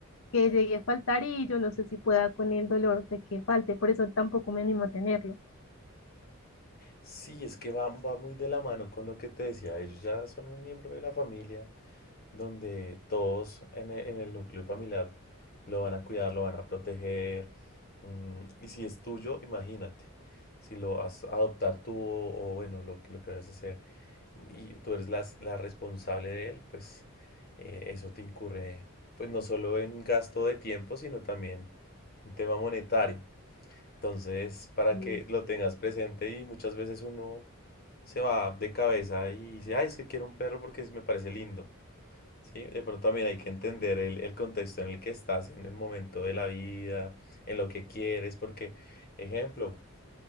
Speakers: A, on the left; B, on the left.
A: que llegue a faltar y yo no sé si pueda con el dolor de que falte, por eso tampoco me animo a tenerlo.
B: Sí, es que va, va muy de la mano con lo que te decía. Ellos ya son un miembro de la familia. donde todos en e- en el, núcleo familiar lo van a cuidar, lo van a proteger. mm, y si es tuyo, imagínate, si lo vas a adoptar tú o, o bueno, lo, que- lo que vayas a hacer y tú eres la, la responsable de él, pues eh, eso te incurre, pues no solo en gasto de tiempo, sino también un tema monetario. Entonces, para
A: Mm.
B: que lo tengas presente y muchas veces uno se va de cabeza y dice, ay, es que quiero un perro porque me parece lindo. Sí, de pronto también hay que entender el, el contexto en el que estás, en el momento de la vida, en lo que quieres, porque, ejemplo,